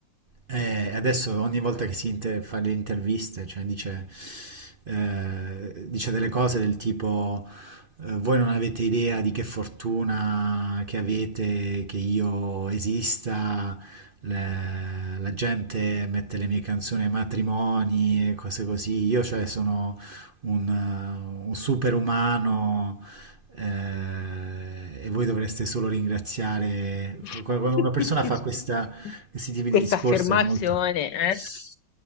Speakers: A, on the right (about 45°); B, on the left (about 80°).
A: eh, adesso ogni volta che si inter- fa le interviste, cioè dice, eh, dice delle cose del tipo, eh, voi non avete idea di che fortuna che avete, che io esista, le- la gente mette le mie canzoni ai matrimoni e cose così, io cioè sono un, eh, un superumano eh, e voi dovreste solo ringraziare.
B: <laughs>
A: Qu- Quando una persona fa questa- questi tipi
B: Questa
A: di discorso
B: affermazione,
A: è molto...
B: eh?
A: Sì,